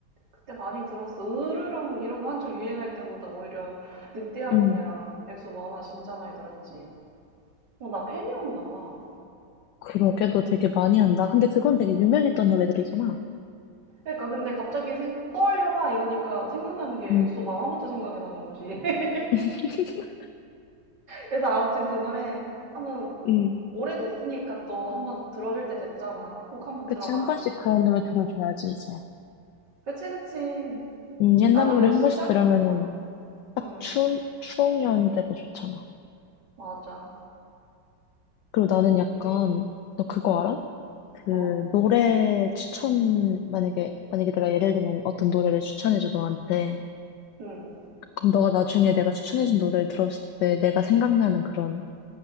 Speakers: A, on the right; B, on the left.
A: 그때 많이 들었어. 으르렁 이런 거 한창 유행할 때보다 오히려 늑대와
B: 응
A: 미녀랑 엑소 마마 진짜 많이 들었지. 어, 나 팬이었나 봐.
B: 그러게, 너 되게 많이 한다. 근데 그건 되게 유명했던 노래들이잖아.
A: 그러니까 근데 갑자기 생- 떠올려봐 이러니까 생각나는 게
B: 응,
A: 엑소 마마부터 생각이 나는 거지. <laughs>
B: <laughs>
A: 그래서 아무튼 그 노래 한번
B: 응,
A: 오래됐으니까 또 한번 들어줄 때 됐잖아. 꼭 한번
B: 그치,
A: 들어봐.
B: 한 번씩 그런 노래 들어줘야지, 이제.
A: 그치, 그치.
B: 음, 옛날
A: 나도
B: 노래 한
A: 시작?
B: 번씩 들으면은
A: 응,
B: 딱
A: 응,
B: 추운, 추억 여행이 되고 좋잖아.
A: 맞아.
B: 그리고 나는 약간,
A: 이게,
B: 너 그거
A: 응,
B: 알아? 그,
A: 뭐,
B: 노래 추천, 만약에, 만약에 내가 예를 들면 어떤 노래를 추천해줘, 너한테.
A: 응.
B: 그럼 너가 나중에 내가 추천해준 노래를 들었을 때 내가 생각나는 그런,